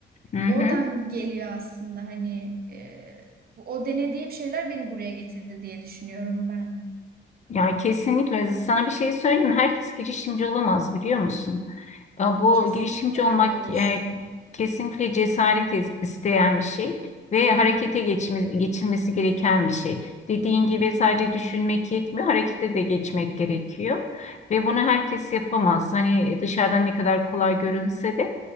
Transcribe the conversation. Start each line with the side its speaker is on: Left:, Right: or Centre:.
Left: Hı
Right: oradan
Left: hı.
Right: geliyor aslında hani e, o denediğim şeyler beni buraya getirdi diye düşünüyorum ben.
Left: Ya kesinlikle sana bir şey söyleyeyim mi? Herkes girişimci olamaz biliyor musun? E, Bu
Right: Kesinlikle
Left: girişimci olmak
Right: ben de öyle
Left: e,
Right: düşünüyorum.
Left: kesinlikle cesaret is- isteyen bir şey ve harekete
Right: Hı hı,
Left: geçme- geçilmesi gereken bir şey. Dediğin
Right: hı
Left: gibi
Right: hı,
Left: sadece düşünmek yetmiyor, harekete de geçmek gerekiyor. Ve bunu herkes yapamaz. Hani dışarıdan ne kadar kolay görünse de